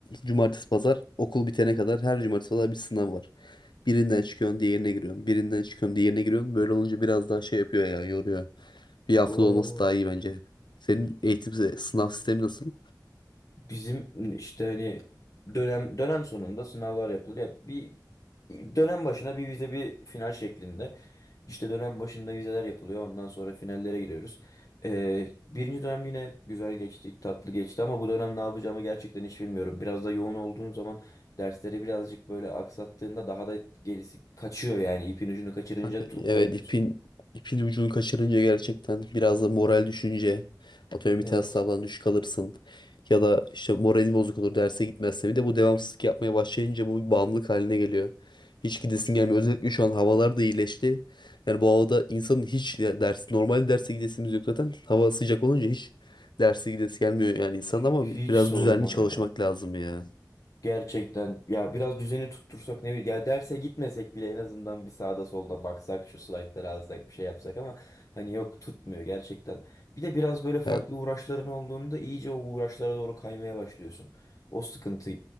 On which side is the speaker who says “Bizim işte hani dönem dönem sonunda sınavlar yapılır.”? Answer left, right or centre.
Left